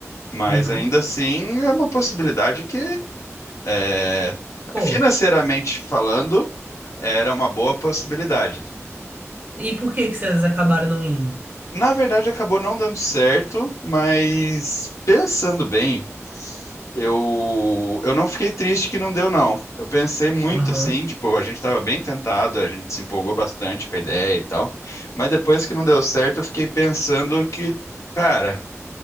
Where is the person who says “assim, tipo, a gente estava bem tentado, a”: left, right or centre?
Left